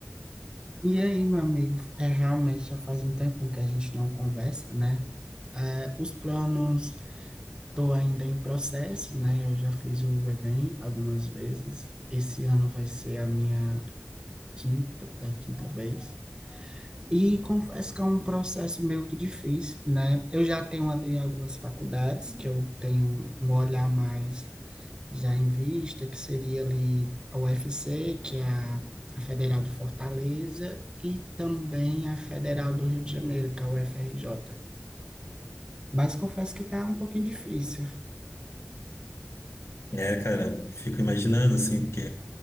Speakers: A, on the right (about 20°); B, on the left (about 70°).
A: E aí, meu amigo, é realmente já faz um tempo que a gente não conversa, né? É, os planos estou ainda em processo, né? Eu já fiz o Enem algumas vezes. Esse ano vai ser a minha quinta, é, quinta vez. E confesso que é um processo meio que difícil, né? Eu já tenho ali algumas faculdades que eu tenho um olhar mais já em vista, que seria ali a UFC, que é a, a Federal de Fortaleza, e também a Federal do Rio de Janeiro, que é a UFRJ. Mas confesso que está um pouquinho difícil.
B: É, cara, fico imaginando, assim, porque